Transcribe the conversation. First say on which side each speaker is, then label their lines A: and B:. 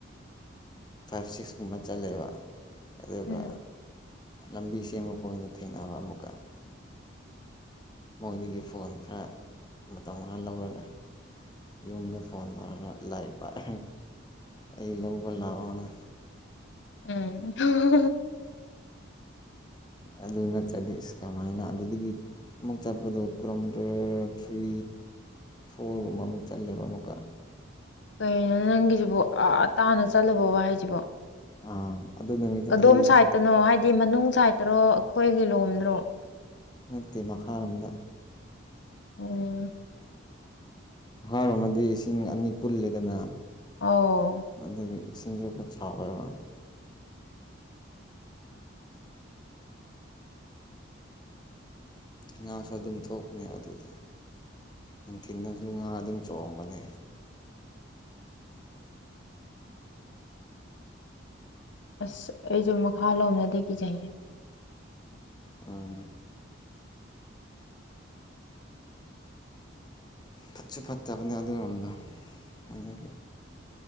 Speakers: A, on the left; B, on the left.
A: ꯐꯥꯏꯚ ꯁꯤꯛꯁ ꯀꯨꯝꯕ ꯆꯠꯂꯦꯕ ꯑꯗꯨꯒ
B: ꯎꯝ
A: ꯂꯝꯕꯤ ꯁꯦꯝꯃꯨꯀꯣ ꯑꯣꯏꯅ ꯊꯦꯡꯅꯕ ꯑꯃꯨꯛꯀ ꯃꯣꯏꯗꯒꯤ ꯐꯣꯟ ꯈꯔ ꯃꯇꯝ ꯈꯔ ꯂꯧꯔꯒꯦ ꯌꯨꯝꯗ ꯐꯣꯟ ꯇꯧꯔꯒ ꯂꯥꯏꯔꯤꯛ ꯄꯥꯏ ꯑꯩ ꯂꯧꯕ ꯂꯥꯛꯑꯣꯅ
B: ꯎꯝ
A: ꯑꯗꯨ ꯅꯠꯇ꯭ꯔꯗꯤ ꯏꯁ ꯀꯃꯥꯏꯅ ꯑꯗꯨꯗꯒꯤ ꯑꯃꯨꯛ ꯆꯠꯄꯗꯣ ꯀꯤꯂꯣꯃꯤꯇꯔ ꯊ꯭ꯔꯤ ꯐꯣꯔꯒꯨꯝꯕ ꯑꯃꯨꯛ ꯆꯠꯂꯦꯕ ꯑꯃꯨꯛꯀ
B: ꯀꯩꯅꯣ ꯅꯪꯒꯤꯖꯤꯕꯨ ꯑꯥ ꯇꯥꯅ ꯆꯠꯂꯨꯕ ꯋꯥ ꯍꯥꯏꯁꯤꯕꯣ
A: ꯑꯥ ꯑꯗꯨ ꯅꯨꯃꯤꯠꯇꯣ
B: ꯀꯗꯣꯝ
A: ꯑꯩ
B: ꯁꯥꯏꯠꯇꯅꯣ ꯍꯥꯏꯗꯤ ꯃꯅꯨꯡ ꯁꯥꯏꯠꯇꯔꯣ ꯑꯩꯈꯣꯏꯒꯤ ꯂꯣꯝꯗ꯭ꯔꯣ
A: ꯅꯠꯇꯦ ꯃꯈꯥꯔꯣꯝꯗ
B: ꯑꯣ
A: ꯃꯈꯥꯔꯣꯝ ꯑꯗꯤ ꯏꯁꯤꯡ ꯑꯅꯤ ꯄꯨꯜꯂꯦꯗꯅ
B: ꯑꯣ
A: ꯑꯗꯨꯒꯤ ꯏꯁꯤꯡꯖꯨ ꯈꯔ ꯆꯥꯎꯕꯩ ꯋꯥ ꯉꯥꯁꯨ ꯑꯗꯨꯝ ꯊꯣꯛꯄꯅꯦ ꯑꯗꯨꯗ ꯅꯨꯡꯊꯤꯟꯗꯁꯨ ꯉꯥ ꯑꯗꯨꯝ ꯆꯣꯡꯕꯅꯦ
B: ꯑꯁ ꯑꯩꯁꯨ ꯃꯈꯥ ꯔꯣꯝꯅꯗꯤ ꯀꯤꯖꯩꯌꯦ
A: ꯎꯝ ꯐꯠꯁꯨ ꯐꯠꯇꯕꯅꯦ ꯑꯗꯨꯏꯔꯣꯝꯗ ꯑꯗꯨꯒꯤ